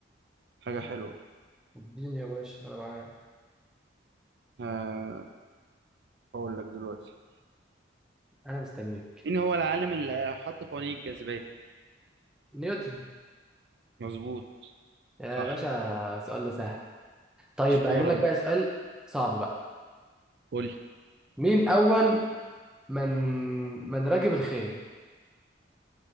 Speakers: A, on the right; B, in the centre.
A: حاجة حلوة
B: اديني يا باشا أنا معاك
A: ه- هقول لك دلوقتي
B: انا مستنيك
A: مين هو العالم اللي حط قوانين الجاذبية؟
B: نيوتن
A: مظبوط
B: يا
A: صح
B: باشا السؤال ده سهل طيب
A: أسطورة
B: هجيب لك
A: أنت.
B: بقى سؤال صعب بقى
A: قول لي
B: مين اول من من ركب الخيل